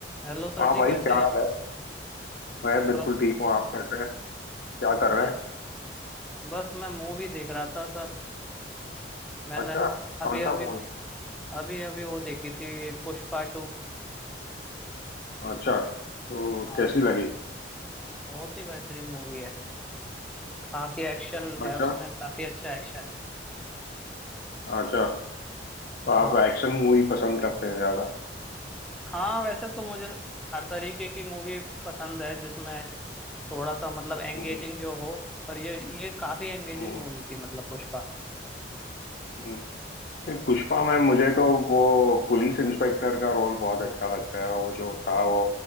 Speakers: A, in the centre; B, on the left (about 50°).
A: Hello sir
B: हाँ
A: जी
B: भाई
A: कैसे
B: क्या हाल
A: हैं
B: है मैं बिल्कुल
A: बस
B: ठीक हूँ आप कैसे हैं क्या कर
A: बस
B: रहे हैं
A: बस मैं मूवी देख रहा था सर मैंने
B: अच्छा
A: अभी
B: कौन
A: अभी
B: सा मूवी
A: अभी अभी वो देखी थी पुष्पा टू
B: अच्छा तो
A: हाँ
B: कैसी लगी
A: बहुत ही बेहतरीन मूवी है काफी एक्शन है
B: अच्छा
A: उसमें काफी अच्छा एक्शन है
B: अच्छा तो आप
A: हाँ
B: एक्शन मूवी पसंद करते हैं ज्यादा
A: हाँ वैसे तो मुझे हर तरीके की मूवी पसंद है जिसमें थोड़ा सा मतलब एंगेजिंग
B: हम्म
A: जो हो पर ये ये काफी एंगेजिंग
B: हम्म,
A: मूवी थी मतलब पुष्पा
B: हम्म। नहीं, पुष्पा में मुझे तो वो पुलिस इंस्पेक्टर का रोल बहुत अच्छा लगता है वो जो था वो,